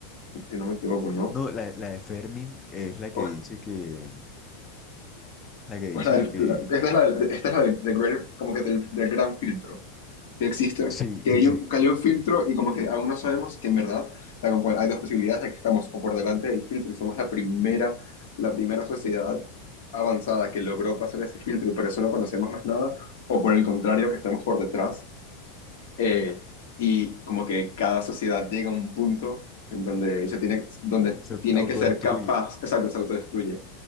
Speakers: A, on the left; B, on the left.
A: si no me equivoco, ¿no?
B: no, la, la de Fermin es la
A: O-
B: que dice que, la que dice
A: o la del-
B: de que,
A: la- esta es la, del- esta es la del, del greater- como que del, del gran filtro. que existe,
B: sí,
A: que
B: sí,
A: hay
B: sí,
A: un, que hay un filtro y como que aún no sabemos que en verdad, o sea, como hay dos posibilidades de que estamos o por delante del filtro y somos la primera, la primera sociedad avanzada que logró pasar ese filtro y por eso no conocemos más nada, o por el contrario, que estamos por detrás eh, y como que cada sociedad llega a un punto en donde se tiene, donde
B: se
A: tiene
B: autodestruye
A: que ser capaz, exacto, se autodestruye.